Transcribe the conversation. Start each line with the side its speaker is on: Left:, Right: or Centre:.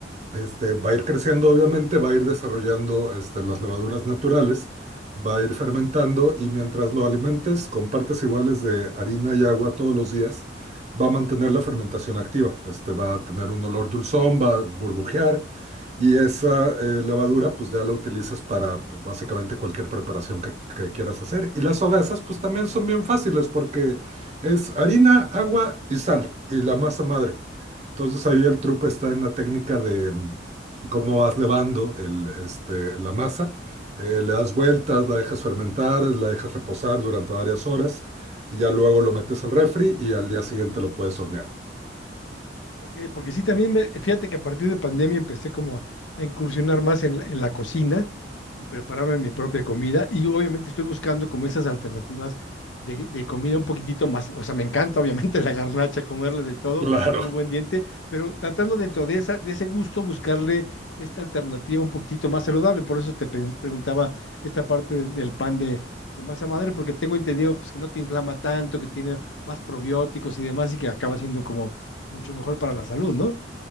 Right: Este, va a ir creciendo, obviamente, va a ir desarrollando este, las levaduras naturales, va a ir fermentando y mientras lo alimentes con partes iguales de harina y agua todos los días, va a mantener la fermentación activa. Este, va a tener un olor dulzón, va a burbujear y esa eh, levadura pues ya la utilizas para pues, básicamente cualquier preparación que, que quieras hacer. Y las hogazas pues también son bien fáciles porque es harina, agua y sal y la masa madre. Entonces ahí el truco está en la técnica de mm, cómo vas levando el, este, la masa. Eh, le das vueltas, la dejas fermentar, la dejas reposar durante varias horas y ya luego lo metes al refri y al día siguiente lo puedes hornear.
Left: Ok, porque sí, también me, fíjate que a partir de pandemia empecé como a, a incursionar más en, la en la cocina y prepararme mi propia comida y obviamente estoy buscando como esas alternativas de, de comida un poquitito más, o sea, me encanta obviamente <laughs> la garnacha, comerle de todo,
Right: Claro,
Left: tengo un buen diente, pero tratando dentro de esa, de ese gusto buscarle esta alternativa un poquitito más saludable, por eso te pe- preguntaba esta parte de- del pan de, de masa madre, porque tengo entendido pues, que no te inflama tanto, que tiene más probióticos y demás y que acaba siendo como mucho mejor para la salud, ¿no?